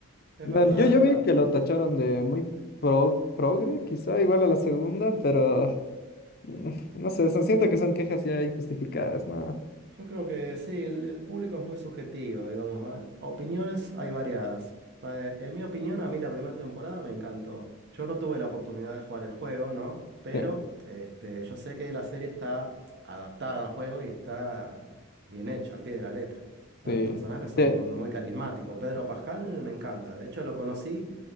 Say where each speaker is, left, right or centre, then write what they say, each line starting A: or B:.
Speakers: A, on the right; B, on the left.
A: es
B: del-
A: verdad,
B: yo,
A: es
B: yo
A: verdad.
B: vi que lo tacharon de muy pro- progre, quizá igual a la segunda, pero mm, no sé, son- siento que son quejas ya injustificadas, ¿no?
A: Yo creo que sí, el, el público es muy subjetivo, digamos, ¿va? Opiniones hay variadas. Pa- En mi opinión, a mí la primera temporada me encantó. Yo no tuve la oportunidad de jugar el juego, ¿no? Pero
B: Sí,
A: este, yo sé que la serie está adaptada al juego y está bien hecha, al pie de la letra. O sea,
B: sí.
A: los personajes son
B: sí,
A: muy carismáticos. Pedro Pascal me encanta. De hecho, lo conocí,